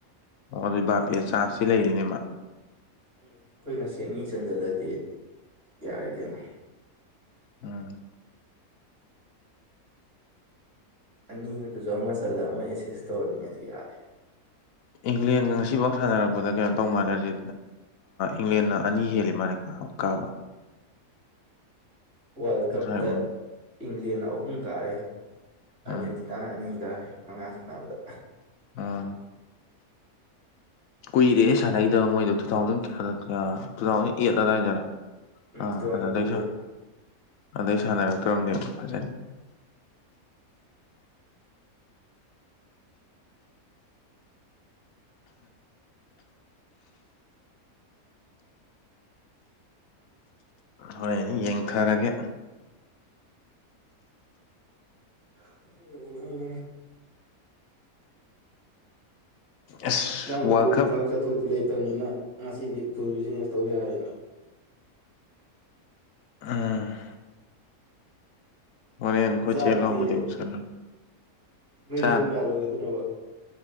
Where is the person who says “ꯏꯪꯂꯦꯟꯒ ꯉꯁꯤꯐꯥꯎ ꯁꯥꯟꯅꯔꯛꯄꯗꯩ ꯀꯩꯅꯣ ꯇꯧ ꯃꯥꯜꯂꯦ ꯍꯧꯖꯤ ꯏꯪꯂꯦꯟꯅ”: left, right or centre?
Left